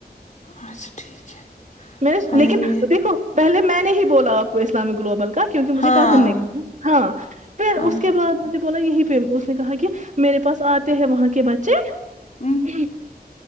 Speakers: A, on the left; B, on the right.
A: اچھا ٹھیک ہے
B: مس
A: ہائے
B: لیکن
A: ہائے
B: دیکھو پہلے میں نے ہی بولا آپ کو اسلامک گلوبل کا کیونکہ مجھے
A: ہاں
B: کازن نے کہا ہاں پھر
A: ہاں
B: اس کے بعد مجھے بولا یہی پہ اس نے کہا کہ میرے پاس آتے ہیں وہاں کے بچے
A: ہوں
B: اے